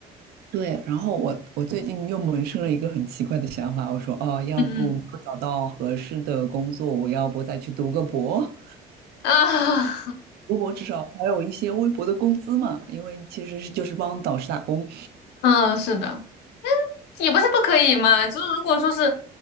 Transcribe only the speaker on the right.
对。然后我我最近又萌生了一个很奇怪的想法，我说，哦，要不我找到合适的工作，
我要不再去读个博？
微博至少还有一些微薄的工资嘛，因为其实是就是帮导师打工。